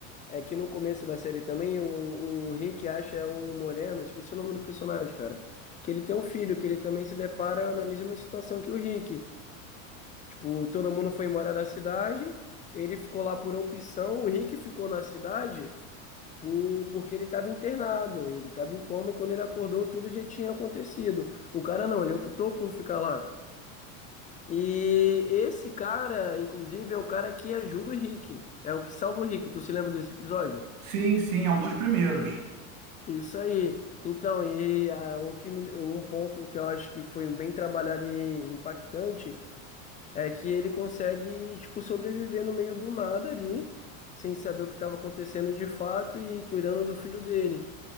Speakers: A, on the left; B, on the right.
A: é que no começo da série também, o, o Rick acha é um moreno, esqueci o nome do personagem, cara, que ele tem um filho, que ele também se depara na mesma situação que o Rick. Tipo, todo mundo foi embora da cidade, ele ficou lá por opção, o Rick ficou na cidade por, porque ele estava internado, ele estava em coma e quando ele acordou tudo já tinha acontecido. O cara não, ele optou por ficar lá. E esse cara, inclusive, é o cara que ajuda o Rick, é o que salva o Rick. Tu se lembra desse episódio?
B: Sim, sim, é um dos primeiros.
A: Isso aí. Então, e ah, o que me- um ponto que eu acho que foi bem trabalhado e impactante É que ele consegue, tipo, sobreviver no meio do nada ali, sem saber o que estava acontecendo de fato e cuidando do filho dele.